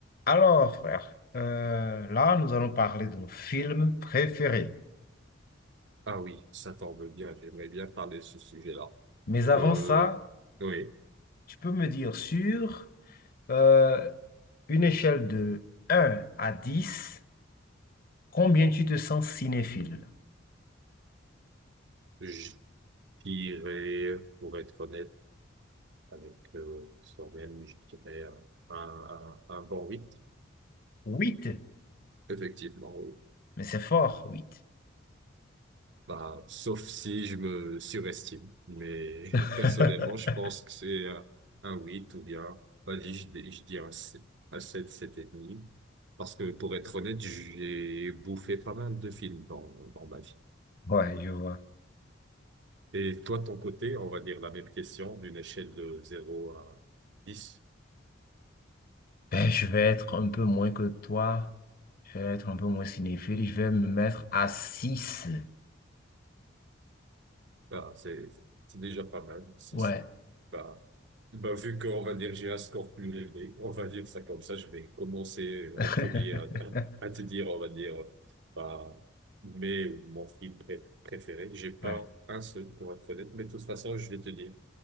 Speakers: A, on the left (about 50°); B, on the right (about 60°).
A: Alors, frère, euh, là, nous allons parler de nos films préférés.
B: Ah oui, ça tombe bien, j'aimerais bien parler de ce sujet-là.
A: Mais avant
B: Euh,
A: ça,
B: oui,
A: tu peux me dire sur euh, une échelle de 1 à 10, combien tu te sens cinéphile?
B: je dirais, pour être honnête avec euh, Soren, je dirais euh, un, un, un bon 8.
A: 8,
B: Effectivement, oui.
A: mais c'est fort, 8.
B: Bah, sauf si je me surestime. Mais
A: <laughs>
B: <laughs> personnellement, je pense que c'est un, un 8 ou bien, vas-y, je, dis- je dis un 7, un sept, sept et demi, Parce que pour être honnête, j'ai bouffé pas mal de films dans, dans ma vie.
A: Ouais, je vois.
B: Et toi, de ton côté, on va dire la même question d'une échelle de zéro à dix,
A: Ben, je vais être un peu moins que toi. Je vais être un peu moins cinéphile. Je vais me mettre à six.
B: Bah, c'est, c'est déjà pas mal. six.
A: Ouais.
B: Bah, bah, vu qu'on va dire j'ai un score plus élevé, on va dire ça comme ça, je vais commencer
A: <laughs>
B: en premier à, à te dire, on va dire, bah, mais mon film pré- préféré, j'ai pas
A: Ouais,
B: un seul pour être honnête, mais de toute façon, je vais te dire